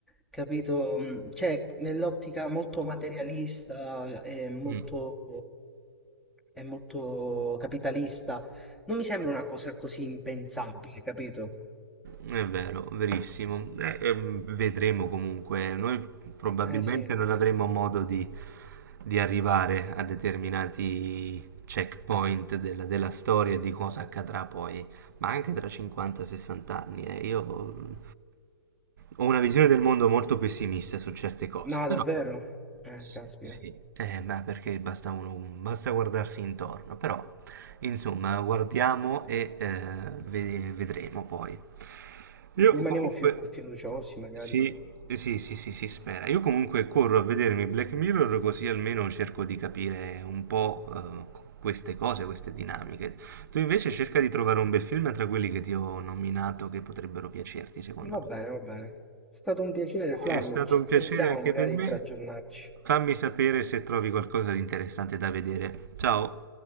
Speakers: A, in the centre; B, on the right (about 50°).
A: capito? Mm, Cioè, nell'ottica molto materialista e molto,
B: mm,
A: e molto capitalista, non mi sembra una cosa così impensabile, capito?
B: È vero, verissimo. Eh, ehm, vedremo comunque. Noi probabilmente
A: Eh sì,
B: non avremo modo di, di arrivare a determinati checkpoint della, della storia e di cosa accadrà poi, ma anche tra 50-60 anni. eh. Io mm, ho una visione del mondo molto pessimista su certe cose.
A: no, davvero. Eh,
B: Sì,
A: caspita.
B: sì. Eh, ma perché basta, uno- basta guardarsi intorno, però insomma guardiamo e eh, ve- vedremo poi. Io
A: Rimaniamo
B: comunque...
A: fiu- fiduciosi, magari,
B: Sì,
A: sì.
B: eh, sì, sì, sì, si spera. Io comunque corro a vedermi Black Mirror così almeno cerco di capire un po' eh, co- queste cose, queste dinamiche. Tu invece cerca di trovare un bel film tra quelli che ti ho nominato che potrebbero piacerti, secondo
A: Va bene,
B: me.
A: va bene. È stato un piacere, Flavio.
B: È stato
A: Ci
B: un
A: sentiamo
B: piacere anche
A: magari
B: per me.
A: per aggiornarci.
B: Fammi sapere se trovi qualcosa di interessante da vedere. Ciao!